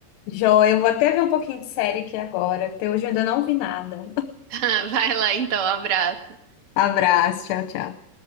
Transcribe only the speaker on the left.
Joia, eu vou até ver um pouquinho de série aqui agora, Até hoje eu ainda não vi nada.
<laughs> Abraço, tchau, tchau.